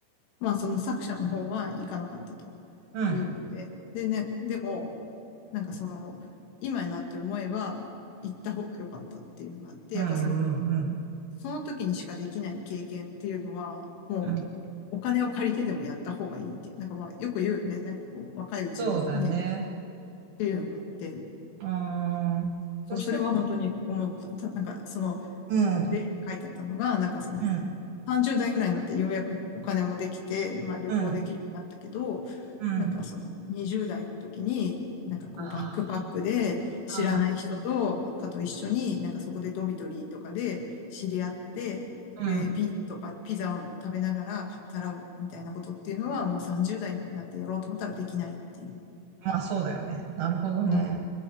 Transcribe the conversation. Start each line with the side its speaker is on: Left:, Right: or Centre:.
Left: まあその作者の方は行かなかったと
Right: うん、
Left: いうので、でね、でも、なんかその、今になって思えば行った方が良かったっていうのがあって、
Right: うん、
Left: やっぱそのその時にしかできない経験っていうのは、もう、
Right: うん、
Left: お金を借りてでもやった方がいいっていう、なんかまあ、よく言うよね。なんかこう、若いうちにね、
Right: そうだね。
Left: っていうのがあって、
Right: うー
Left: そう、
Right: ん、そう、
Left: それは本当に思った。たなんか、その、
Right: うん、
Left: 例で書いてあったのが、なんかその、
Right: うん、
Left: 30代ぐらいになってようやくお金もできて、まあ旅行できるようになったけど、
Right: うん、うん、
Left: なんかその20代の時に、なんかこうバックパックで知らない人とかと一緒に、
Right: ああ、
Left: なんかそこでドミトリーとかで知り合って、
Right: うん、
Left: で、
Right: うん、
Left: ビールとかピザを食べながら語らうみたいなことっていうのはもう30代になってやろうと思ったらできないっていう。
Right: まあそうだよね。なるほどね。
Left: うん。